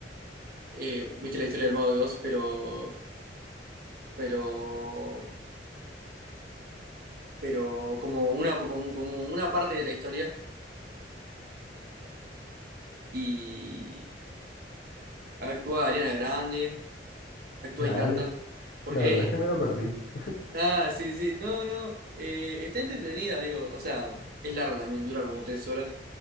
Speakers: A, on the right; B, on the left.
A: Eh, viste la historia del Mago de Oz, pero, pero, pero como una, como, como una parte de la historia y actúa Ariana Grande, actúa
B: chale,
A: y canta. Porque,
B: la verdad es que me lo perdí. <laughs>
A: ah, sí, sí, no, no, eh, está entretenida, digo, o sea, es larga también, dura como tres horas